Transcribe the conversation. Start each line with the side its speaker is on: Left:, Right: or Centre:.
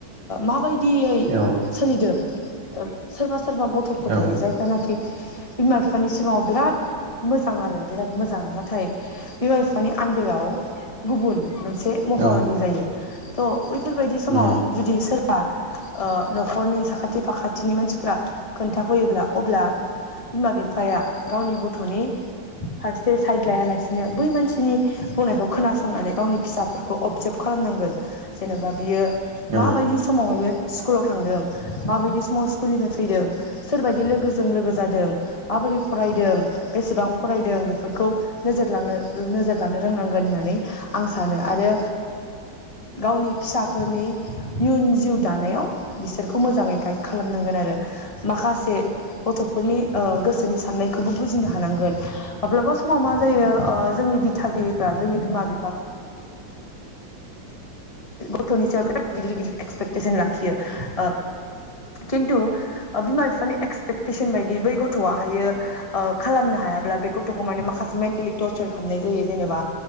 Left: माबायदि
Right: औ
Left: <unintelligible> सोरबा सोरबा गथ'फोर
Right: औ
Left: थायो जायफ्रानाखि बिमा-बिफानि सिगाङाव बिराद मोजां आरो बिराद मोजां नाथाय बिमा-बिफानि आन्दोआव गुबुन। मोनसे महरनि
Right: औ
Left: जायो। थ' बैफोरबायदि समाव
Right: उम
Left: जुदि सोर बा ओ न'खरनि साखाथि फाखाथिनि मानसिफ्रा खोन्थाफैयोब्ला अब्ला बिमा बिफाया गावनि गथ'नि फारसे साइड लायालासिनो बै मानसिनि बुंनायखौ खोनासंनानै गावनि फिसाफोरखौ अबजार्भ खालामनांगोन। जेन'बा बियो
Right: औ
Left: माबायदि समावहायो स्कुलाव थांदों, माबायदि समाव स्कुलनिफ्राय फैदों, सोरबायदि लोगोजों लोगो जादों, माबोरै फरायदों बेसेबां फरायदों, बेफोरखौ नोजोर लांनो नोजोर लानो रोंनांगोन होननानै आं सानो आरो गावनि फिसाफोरनि इयुन जिउ दानायाव। बिसोरखौ मोजाङै गाइड खालामनांगोन आरो माखासे गथ'फोरनि गोसोनि साननायखौबो बुजिनो हानांगोन। माब्लाबा समाव मा जायो जोंनि दिथागिरिफ्रा जोंनि बिमा-बिफा गथ'नि सायाव बिराद गिदिर गिदिर एक्सपेक्टेसन लाखियो ओ खिन्थु बिमा बिफानि एक्सपेक्टेसन बायदि बै गथ'आ हायो ओ खालामनो हायाब्ला बे गथ'खौ माने माखासे मेन्टेलि टरसार खालामनाय जायो जेनेबा